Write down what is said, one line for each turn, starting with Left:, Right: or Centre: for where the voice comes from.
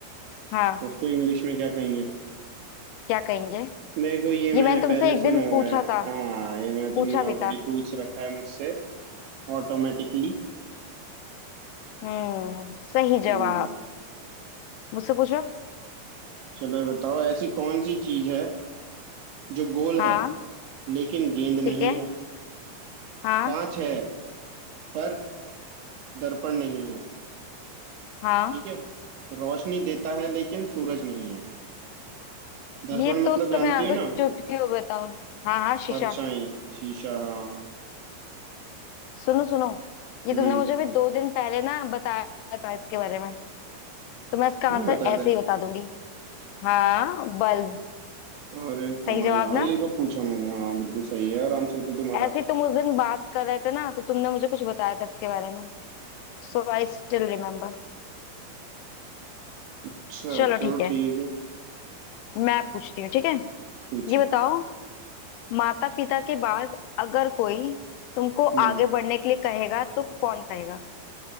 Left: हाँ
Right: तो उसको इंग्लिश में क्या कहेंगे
Left: क्या कहेंगे
Right: देखो ये
Left: ये
Right: मैंने
Left: मैंने तुमसे
Right: पहले
Left: एक
Right: सुना
Left: दिन
Right: हुआ
Left: पूछा
Right: है
Left: था
Right: हाँ ये मैं तुमने
Left: पूछा भी
Right: ऑलरेडी
Left: था
Right: पूछ रखा है मुझसे ऑटोमेटिकली
Left: हम्म सही
Right: हम्म
Left: जवाब मुझसे पूछो
Right: चलो ये बताओ ऐसी कौन सी चीज है जो गोल है
Left: हाँ
Right: लेकिन गेंद नहीं
Left: ठीक है
Right: है
Left: हाँ
Right: कांच है पर दर्पण नहीं
Left: हाँ
Right: ठीक है रोशनी देता है लेकिन सूरज नहीं है दर्पण
Left: ये
Right: मतलब
Left: तो उसका
Right: जानती
Left: मैं आंसर
Right: हो ना
Left: चुटकियों में बताऊं हाँ हाँ शीशा
Right: परछाई शीशा हाँ
Left: सुनो सुनो ये
Right: हम्म
Left: तुमने मुझे अभी दो दिन पहले ना बताया था इसके बारे में तो मैं इसका
Right: मैंने
Left: आंसर
Right: बताया था
Left: ऐसे ही बता दूंगी हाँ बल्ब
Right: अरे हाँ
Left: सही जवाब
Right: यार
Left: ना
Right: ये कब पूछा मैंने हाँ बिल्कुल सही है यार आंसर तो तुम्हारा
Left: ऐसे ही तुम उस दिन बात कर रहे थे ना तो तुमने मुझे कुछ बताया था इसके बारे में So I still remember
Right: अच्छा
Left: चलो
Right: चलो
Left: ठीक है
Right: ठीक है
Left: मैं पूछती हूँ ठीक है
Right: पूछो
Left: ये बताओ माता पिता के बाद अगर कोई तुमको
Right: हम्म
Left: आगे बढ़ने के लिए कहेगा तो कौन कहेगा